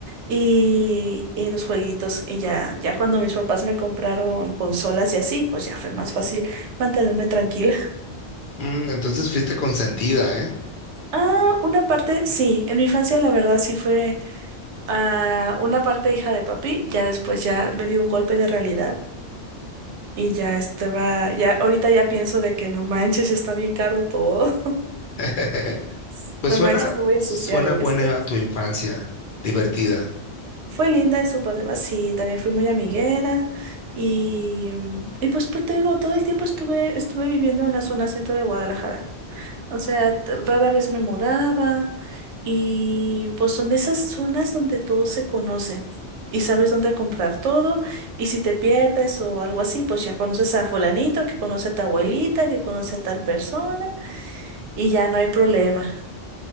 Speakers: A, on the right; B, on the left.
A: y, y los jueguitos. Y ya, ya cuando mis papás me compraron consolas y así, pues ya fue más fácil mantenerme tranquila.
B: Mm, entonces fuiste consentida, ¿eh?
A: Ah, una parte, sí, en mi infancia la verdad sí fue ah, una parte hija de papi, ya después ya me dio un golpe de realidad y ya estaba, ya ahorita ya pienso de que no manches, ya está bien caro todo,
B: <laughs>
A: <laughs>
B: Pues
A: no
B: suena,
A: manches, no voy
B: suena
A: a ensuciar esto.
B: buena tu infancia, divertida.
A: Fue linda en su parte, más, sí, también fui muy amiguera y, y pues, pues te digo, todo el tiempo estuve, estuve viviendo en la zona centro de Guadalajara. O sea, t- rara vez me mudaba y pues son de esas zonas donde todos se conocen y sabes dónde comprar todo y si te pierdes o algo así, pues ya conoces a fulanito que conoce a tu abuelita, que conoce a tal persona y ya no hay problema.